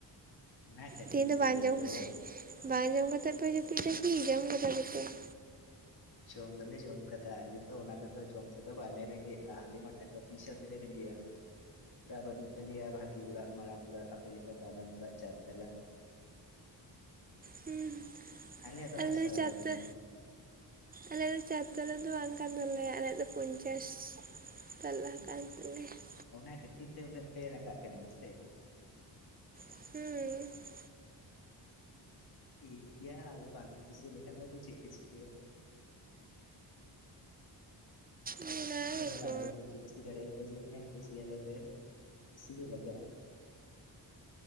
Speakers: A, on the left (about 60°); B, on the right (about 20°).
A: ᱚᱱᱟ ᱠᱷᱟᱹᱛᱤᱨ
B: ᱛᱮᱦᱮᱱ ᱫᱚ
A: ᱛᱮᱜᱮ
B: ᱵᱟᱝ ᱡᱚᱢ
A: ᱛᱚ
B: ᱠᱟ ᱵᱟᱝ ᱡᱚᱢ ᱠᱟᱛᱮ ᱯᱮ ᱡᱟᱯᱤᱫᱟ ᱠᱤ ᱡᱚᱢ ᱠᱟᱫᱟ ᱞᱮ ᱛᱚ ᱾
A: ᱡᱚᱢ ᱫᱚᱞᱮ ᱡᱚᱢ ᱠᱟᱫᱟ, ᱟᱞᱮ ᱫᱚ ᱚᱱᱟ ᱛᱮᱫᱚ ᱡᱚᱢ ᱛᱮᱫᱚ ᱵᱟᱞᱮ ᱨᱮᱸᱜᱮᱡᱼᱟ ᱾ ᱟᱞᱮ ᱢᱟ ᱴᱟᱠᱟ ᱯᱚᱭᱥᱟ ᱛᱮᱞᱮ ᱨᱮᱸᱜᱮᱡᱼᱟ ᱾ ᱚᱲᱟᱜ ᱵᱟᱹᱱᱩᱜ ᱛᱟᱞᱮᱭᱟ ᱵᱷᱟᱜᱤ ᱚᱲᱟᱜ ᱢᱟᱨᱟᱝ ᱚᱲᱟᱜ ᱟᱯᱮ ᱞᱮᱠᱟ ᱫᱟᱞᱟᱱ ᱚᱲᱟᱜ ᱪᱟᱨ ᱛᱟᱞᱟ ᱾ <unintelligible>
B: ᱦᱩᱸ,
A: ᱟᱞᱮᱭᱟᱜ ᱫᱚ
B: ᱟᱞᱮ
A: ᱦᱟᱥᱟ
B: ᱪᱟᱨᱛᱮ
A: ᱚᱲᱟᱜ ᱠᱟᱱᱟ
B: ᱟᱞᱮᱭᱟᱜ ᱫᱚ ᱪᱟᱨ ᱛᱟᱞᱟ ᱫᱚ ᱵᱟᱝ ᱠᱟᱱ ᱛᱟᱞᱮᱭᱟ ᱟᱞᱮᱭᱟᱜ ᱫᱚ ᱯᱚᱧᱪᱟᱥ ᱛᱟᱞᱟ ᱠᱟᱱ ᱛᱟᱞᱮᱭᱟ ᱾
A: ᱚᱱᱟ ᱠᱷᱟᱹᱛᱤᱨ ᱛᱮ ᱩᱱᱟᱹᱜ ᱯᱮ ᱨᱟᱸᱜᱟᱜ ᱠᱟᱱᱟ ᱥᱮ?
B: ᱦᱩᱸ ᱾
A: ᱴᱷᱤᱠ ᱜᱮᱭᱟ ᱟᱫᱚ ᱵᱟᱝ ᱯᱮ ᱠᱩᱥᱤ ᱟᱞᱮ ᱠᱷᱟᱱ ᱫᱚ ᱟᱫᱚ ᱪᱮᱫ ᱞᱮ ᱪᱤᱠᱟᱹᱭᱟ? <inaudible>
B: ᱚᱱᱟ
A: ᱟᱞᱮ
B: ᱜᱮᱛᱚ
A: ᱫᱚ ᱵᱟᱝᱞᱮ ᱡᱳᱨ ᱡᱚᱵᱚᱥᱛᱤ ᱫᱟᱲᱮᱭᱟᱯᱮ ᱡᱮ ᱦᱮᱸ ᱠᱩᱥᱤᱭᱟ ᱞᱮ ᱯᱮ, ᱠᱩᱥᱤ ᱜᱮ ᱞᱟᱜᱟᱜᱼᱟ ᱾